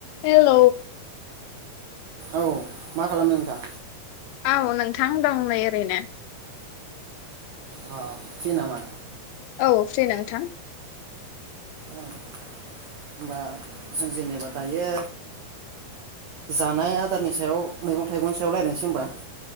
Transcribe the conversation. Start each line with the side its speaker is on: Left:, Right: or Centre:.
Left: हेल
Right: औ मा खालामदों नोंथां
Left: औ नोंथां दं नै ओरैनो
Right: अ फ्रि नामा
Left: औ फ्रि नोंथां
Right: ओं होनबा जों जेनेबा दायो जानाय आदारनि सायाव मैगं थाइगंनि सायाव रायलायनसै होमबा